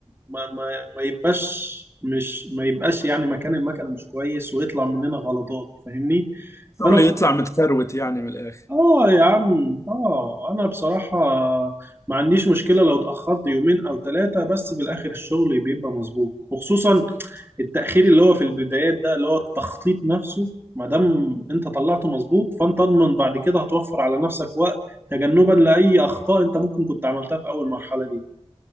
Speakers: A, on the right (about 15°); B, on the left (about 25°).
A: ما ما, ما يبقاش مش ما يبقاش يعني مكان المكنه مش كويس ويطلع مننا غلطات فاهمني
B: الشغل
A: فانا
B: يطلع متكروت يعني من الاخر
A: اه يا عم اه انا بصراحة ما عنديش مشكلة لو اتأخرت يومين او ثلاثة بس بالاخر الشغل بيبقى مظبوط وخصوصا التأخير اللي هو في البدايات ده اللي هو التخطيط نفسه ما دام انت طلعته مظبوط فانت اضمن بعد كده هتوفر على نفسك وقت تجنبا لأي اخطاء انت ممكن كنت عملتها في اول مرحلة دي